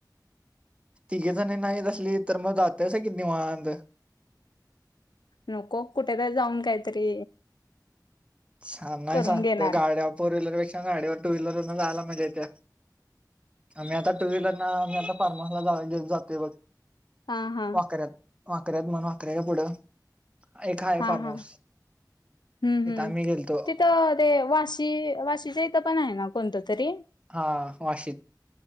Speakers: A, on the right; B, on the left.
A: तिघी जणींना येत असली तर मग जातायसा किती निवांत.
B: नको कुठेे तरी जाऊन काहीतरी.
A: शाना
B: करून
A: हैसा
B: घेणार
A: त्या गाड्या फोर व्हीलर पेक्षा गाड्यावर टू व्हीलर वर्ण जयायला मजा येत्या. आम्ही आता टू व्हीलरनं आम्ही आता फार्म होऊस गेले जातोय बघ.
B: हां हां.
A: वाकऱ्यात वाकऱ्यात म्हण वाकऱ्याच्या पुढं एक हाय
B: हा
A: फार्म
B: हा
A: हाऊस.
B: हम्म हम्म
A: आम्ही गेलतो
B: तिथं ते वाशी वाशीच्या इथं पण हाय ना कोणतं तरी?
A: हां वाशीत.